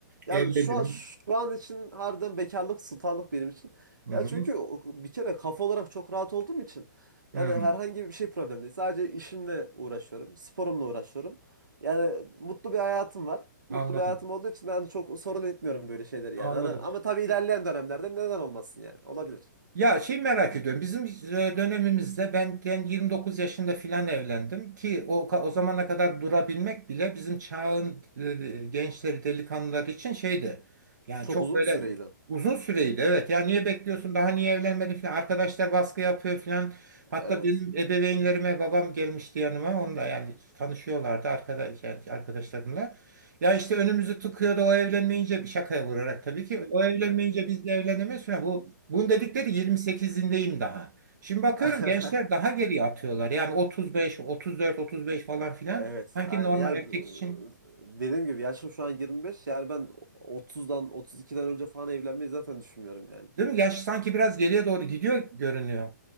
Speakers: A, on the right; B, on the right.
A: Yani
B: evlenirim.
A: şu an, şu an için harbiden bekarlık sultanlık benim için.
B: Hı
A: Ya
B: hı.
A: çünkü o- bir kere kafa olarak çok rahat olduğum için yani
B: Hı.
A: herhangi bir şey problem değil. Sadece işimle uğraşıyorum, sporumla uğraşıyorum. Yani mutlu bir hayatım var. Mutlu
B: Anladım.
A: bir hayatım olduğu için yani çok sorun etmiyorum böyle şeyleri
B: Anladım.
A: yani. Hani, ama tabii ilerleyen dönemlerde neden olmasın yani? Olabilir.
B: Ya şey merak ediyorum. Bizim e, dönemimizde ben, yani 29 yaşında filan evlendim ki o ka- o zamana kadar durabilmek bile bizim çağın e, gençleri, delikanlıları için şeydi. Yani
A: Çok
B: çok
A: uzun
B: böyle
A: bir süreydi.
B: uzun süreydi. Evet ya niye bekliyorsun? Daha niye evlenmedin filan. Arkadaşlar baskı yapıyor filan. Hatta
A: Evet.
B: benim ebeveynlerime babam gelmişti yanıma. Onunla yani tanışıyorlardı arkadaş yani arkadaşlarımla. Ya işte önümüzü tıkıyordu o evlenmeyince şakaya vurarak tabii ki. O evlenmeyince biz de evlenemeyiz falan. Bu bunun dedikleri 28'indeyim daha. Şimdi bakıyorum
A: <laughs>
B: gençler daha geriye atıyorlar. Yani 35, 34, 35 falan filan.
A: Evet.
B: Sanki
A: Yani,
B: normal
A: ya
B: erkek için.
A: dediğim gibi yaşım şu an 25. Yani ben 30'dan 32'den önce falan evlenmeyi zaten düşünmüyorum yani.
B: Değil mi? Yaş sanki biraz geriye doğru gidiyor görünüyor.